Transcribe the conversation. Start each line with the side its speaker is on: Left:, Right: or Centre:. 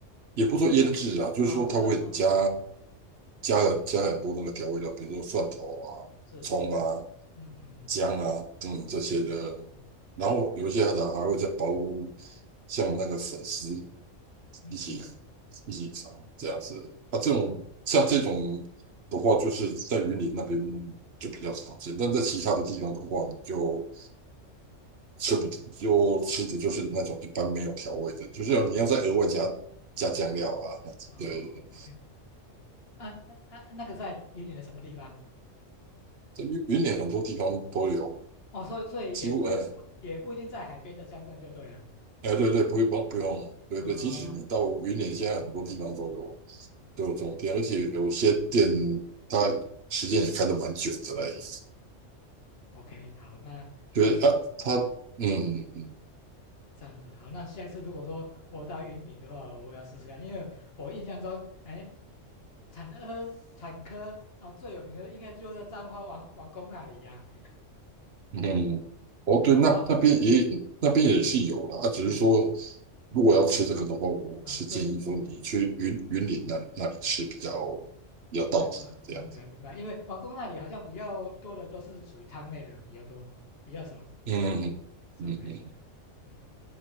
Right: 也不说腌制啊，就是说它会加
Left: 哦，就是，哦
Right: 加加很多那个调味料，
Left: 哦，
Right: 比如说蒜头啊、
Left: 是是，
Right: 葱啊、
Left: 嗯嗯嗯嗯
Right: 姜啊等等这些的，
Left: 嗯嗯
Right: 然后有一些的还会再包像那个粉丝
Left: 嗯，
Right: 一起
Left: 嗯
Right: 一起找这样子。啊，这种像这种的话，就是在云岭那边就比较常见，但在其他的地方的话，你就吃不就吃的就是那种一般没有调味的，就是你要再额外加加酱料啊。
Left: 哦，OK。
Right: 对对对，
Left: 啊啊，啊！那个在云林的什么地方？
Right: 这云云岭很多地方都有，
Left: 哦，所以所以也不一不也不一定在海边的乡镇就对了。
Right: 几乎哎哎对对，不用不用，对对，
Left: 哦
Right: 即使你到云岭，现在很多地方都有都有这种店，而且有些店它时间也开得蛮久的嘞。
Left: ，OK，好，那下次
Right: 觉得啊，他嗯嗯
Left: 这样子，好，那下一次如果说我到云林的话，我要试试看，因为我印象中，哎，产科产科啊哦，最有名的应该就在彰化王王宫那里呀、
Right: 嗯，哦对，
Left: 啊。
Right: 那那边也那边也是有的啊，
Left: 哦哦，哎
Right: 只是说
Left: 哎
Right: 如果要吃这个的话，我是建议说你去云云林那那里吃比较
Left: 啊，对
Right: 比较到底这样子。
Left: 对，啊，明白明白，因为王宫那里好像比较多的都是属于汤类的比较多，比较少
Right: 嗯
Left: 这种类型的。
Right: 嗯嗯嗯
Left: 嗯。